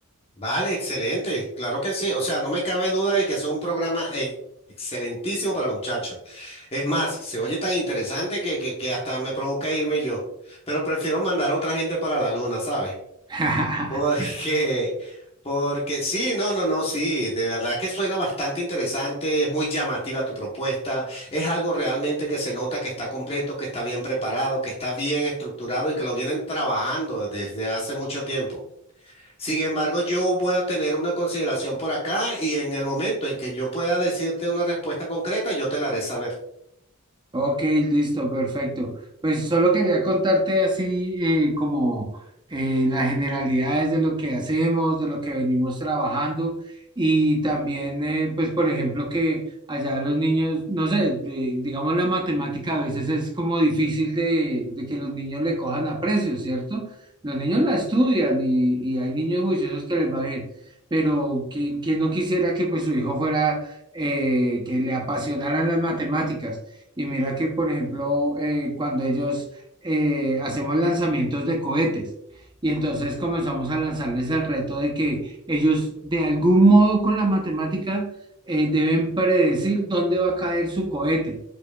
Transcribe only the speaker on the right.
<laughs>
Ok, listo, perfecto. Pues solo quería contarte así eh, como eh, las generalidades de lo que hacemos, de lo que venimos trabajando y también, eh, pues por ejemplo, que allá los niños, no sé, de- digamos la matemática a veces es como difícil de, de que los niños le cojan aprecio, ¿cierto? Los niños la estudian y, y hay niños juiciosos que les va bien, pero ¿quién, quién no quisiera que pues su hijo fuera, eh, que le apasionaran las matemáticas? Y mira que, por ejemplo, eh, cuando ellos eh, hacemos lanzamientos de cohetes, y entonces comenzamos a lanzarles el reto de que ellos, de algún modo con la matemática, eh, deben predecir dónde va a caer su cohete.